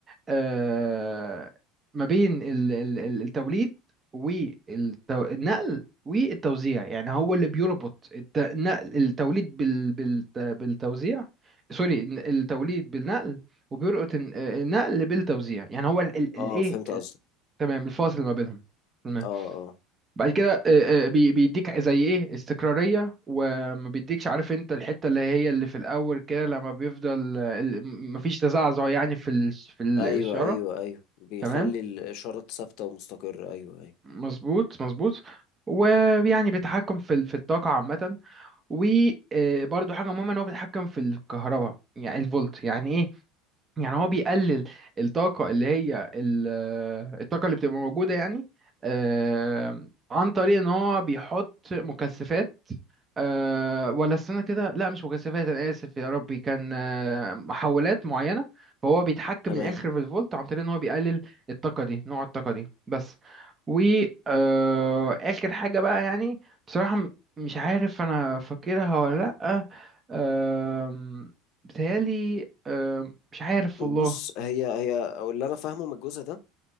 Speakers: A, on the right; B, on the left.
A: آه، ما بين ال- ال- ال- التوليد والنقل والتوزيع يعني هو اللي بيربط الت- النقل التوليد بال- بالت- بالتوزيع سوري الن- التوليد بالنقل وبيربط الن- النقل بالتوزيع يعني هو الايه
B: اه فهمت قصدك
A: تمام الفاصل ما بينهم تمام
B: اه اه
A: بعد كده آه، آه، بي- بيديك زي ايه استقرارية وما بيديكش عارف انت الحتة اللي هي اللي في الاول كده لما بيفضل آه، ال- مفيش تزعزع يعني في ال- في الاشارة
B: ايوه ايوه ايوه بيخلي
A: تمام
B: الاشاره ثابته ومستقره ايوه ايوه
A: مظبوط مظبوط ويعني بيتحكم في ال- في الطاقة عامة وبرده حاجة مهمة ان هو بيتحكم في الكهرباء يعني الفولت يعني ايه يعني هو بيقلل الطاقة اللي هي ال- الطاقة اللي بتبقى موجودة يعني آه، عن طريق ان هو بيحط مكثفات أه ولا استنى كده لا مش مكثفات انا اسف يا ربي كان آه، محولات معينه فهو بيتحكم
B: تمام
A: من الاخر في الفولت عن طريق ان هو بيقلل الطاقه دي نوع الطاقه دي بس و آه، اخر حاجه بقى يعني بصراحه م- مش عارف انا فاكرها ولا لا أه بتهيالي أه مش عارف
B: بص
A: والله
B: هي هي اللي انا فاهمه من الجزء ده